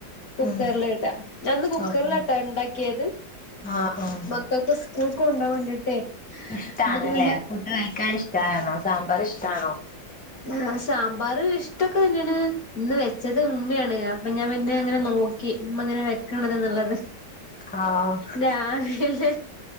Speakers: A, on the left; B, in the centre.
A: കുക്കർല്ട.
B: ഉം
A: ഞാന്ന് കുക്കർലാട്ടൊ
B: ആഹ്
A: ഇണ്ടാക്കിയത്
B: ആഹ് ആഹ്
A: മക്കൾക്ക് സ്കൂൾ കൊ കൊണ്ടോൻ വേണ്ടിട്ടേ എ
B: ഇഷ്ടാണല്ലേ
A: പിന്നെ
B: ഫുഡ് കഴിക്കാൻ ഇഷ്ടമാണോ സാമ്പാർ ഇഷ്ടാണോ
A: ആ സാമ്പാർ ഇഷ്ടൊക്കെ തന്നെയാണ് ഇന്ന് വെച്ചത് ഉമ്മയാണ് അപ്പൊ ഞാൻ പിന്നെ അങ്ങനെ നോക്കി അങ്ങനെ വെക്കണതെന്നുള്ളത്
B: ആഹ്
A: ഡാല്ല